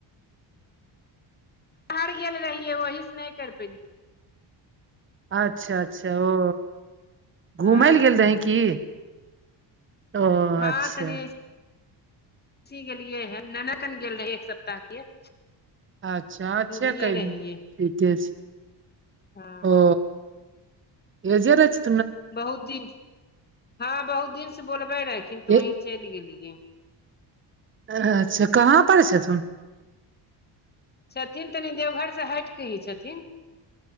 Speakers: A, on the left (about 20°); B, on the right (about 25°).
A: बार गेल रहियै वहि से नहि कैर पेतियौ
B: अच्छा अच्छा ओ
A: हँ
B: घूमै लए गेल रही की ओ
A: हँ
B: अच्छा
A: तनी ची गेलियै है ननद अन गेल रहे एक सप्ताह के
B: अच्छा
A: तऽ
B: अच्छा
A: उधरिये
B: कैलू
A: रहियै
B: ठीके छै
A: हँ
B: ओ एजर अछि
A: बहुत दिन हँ बहुत दिन से बोलबे रैहखिन तऽ वही
B: ए
A: चलि गेलियै
B: अच्छा कहाँ पर छथुन
A: छथिन तनी देवघर से हटिकऽ ही छथिन